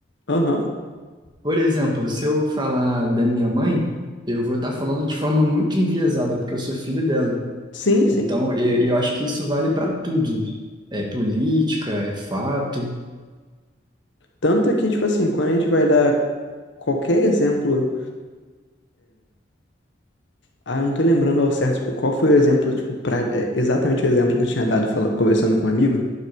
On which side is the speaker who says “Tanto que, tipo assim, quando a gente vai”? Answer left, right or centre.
Left